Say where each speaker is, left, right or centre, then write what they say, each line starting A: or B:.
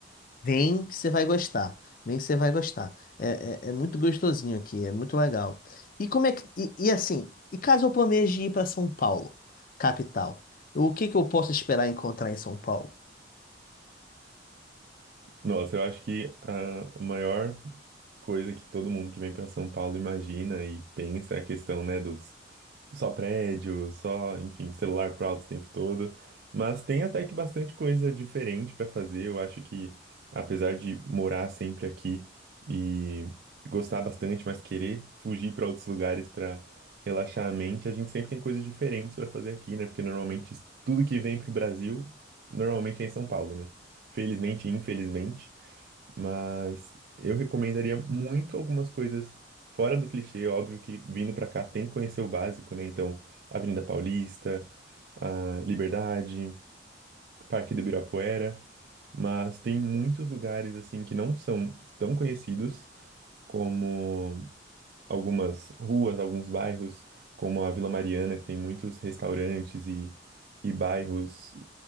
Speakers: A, on the left (about 50°); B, on the right (about 60°).
A: Vem que você vai gostar. Vem que você vai gostar. É, é, é muito gostosinho aqui, é muito legal. E como é que. E, e assim, e caso eu planeje ir para São Paulo, capital, o que que eu posso esperar encontrar em São Paulo?
B: Nossa, eu acho que a maior coisa que todo mundo que vem para São Paulo imagina e pensa é a questão, né, dos só prédio, só, enfim, celular pro alto o tempo todo. Mas tem até que bastante coisa diferente para fazer. Eu acho que, apesar de morar sempre aqui e gostar bastante, mas querer fugir para outros lugares para relaxar a mente, a gente sempre tem coisas diferentes para fazer aqui, né? Porque normalmente tudo que vem pro Brasil, normalmente é em São Paulo, né? felizmente e infelizmente, mas eu recomendaria muito algumas coisas fora do clichê, óbvio que vindo pra cá tem que conhecer o básico, né? Então, Avenida Paulista, a Liberdade, Parque do Ibirapuera, mas tem muitos lugares assim que não são tão conhecidos como algumas ruas, alguns bairros, como a Vila Mariana, que tem muitos restaurantes e, e bairros